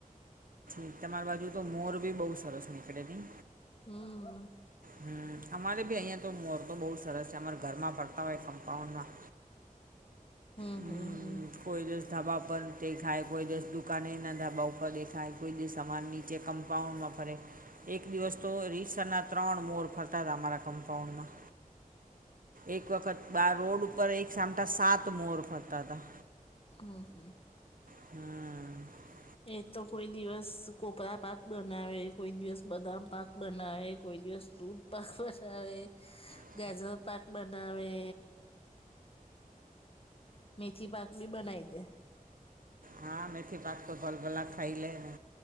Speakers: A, on the right; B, on the left.
A: હ તમારી બાજુ તો મોર ભી બઉુ સરસ નીકળે નહી.
B: હમ
A: હમ અમારે બી અહીયાંયા તો મોર તો બહુ સરસ છે અમારા ઘરમાં ફરતા હોય કમ્પાઉન્ડમાં.
B: હમ્મ
A: હમ
B: હમ્મ હમ્મ.
A: કોઈ દસ ધાબા પરર દેખાય કોઈ દસ દુકાનેના ધાબા ઉપર દેખાય કોઈ દ સમાન નીચે કમ- કમ્પાઉન્ડમાં ફરે એક દિવસ તો રીસરના ત્રણ મોર ફરતા હતા અરા કમ્પાઉન્ડમાં એક વખત બાર રોડ ઉપર એક સામટા સાત મોર ફરતા હતા.
B: હમ હમ
A: હમ્મ.
B: એ તો કોઈ દિવસ કોપરા પાક બનાવે કોઈ દિવસ બદામ પાક બનાવે કોઈ દિવસ દૂધ પાક બનાવે.
A: હ
B: ગાજર પાક બનાવે. મેથી પાક બી બનાઈ દે.
A: હા મેથી પાકતો ભોલ ભલા ખાઈ લે ને